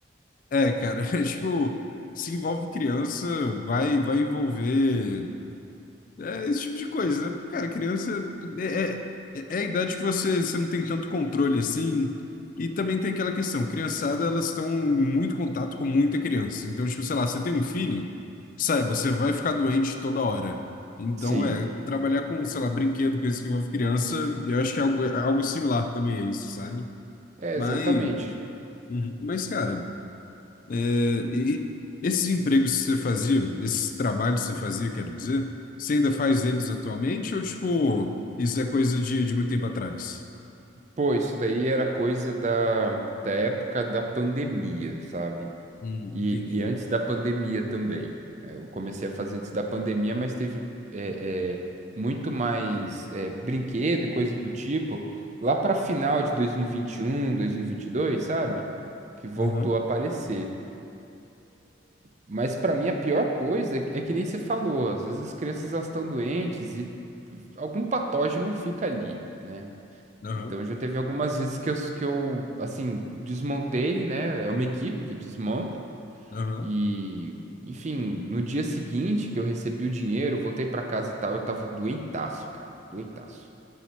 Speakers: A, on the left; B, on the right.
A: É, cara, <laughs> é tipo, se envolve criança, vai, vai envolver. É esse tipo de coisa, né? Cara, criança é, é, é a idade que você, você não tem tanto controle assim. E também tem aquela questão, criançada, elas estão em muito contato com muita criança. Então, tipo, sei lá, você tem um filho, saiba, você vai ficar doente toda hora. Então,
B: Sim,
A: é, trabalhar com, sei lá, brinquedo, coisa que envolve criança, eu acho que é algo, é algo similar também a isso, sabe?
B: é
A: Mas,
B: exatamente.
A: uhum. mas, cara. É, e esses empregos que você fazia, esses trabalhos que você fazia, quero dizer, você ainda faz eles atualmente ou, tipo, isso é coisa de, de muito tempo atrás?
B: Pô, isso daí era coisa da, da época da pandemia, sabe?
A: Hum,
B: E,
A: entendi.
B: e antes da pandemia também. né? Eu comecei a fazer antes da pandemia, mas teve é, é, muito mais é, brinquedo e coisa do tipo lá para final de dois dois mil mil e vinte e um, dois mil e vinte vinte um e dois sabe? Que voltou
A: Aham.
B: a aparecer. Mas para mim a pior coisa é que é que nem você falou, às vezes as crianças elas estão doentes e algum patógeno fica ali, né?
A: Aham,
B: Então já teve algumas vezes que eu, s- que eu assim, desmontei, né? É uma equipe que desmonta
A: aham,
B: e, enfim, no dia seguinte que eu recebi o dinheiro, voltei para casa e tal, eu tava doentaço, cara, doentaço.